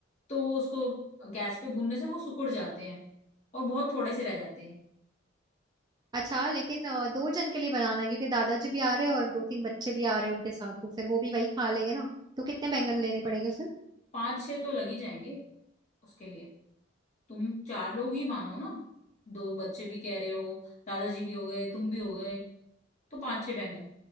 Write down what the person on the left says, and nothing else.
तो वो उसको गैस पे भूनने से वो सिकुड़ जाते हैं और बहुत थोड़े से रह जाते हैं
पांच छह तो लग ही जाएंगे उसके लिए तुम चार लोग ही मानो ना दो बच्चे भी कह रहे हो दादाजी भी हो गए तुम भी हो गए तो पांच छह बैंगन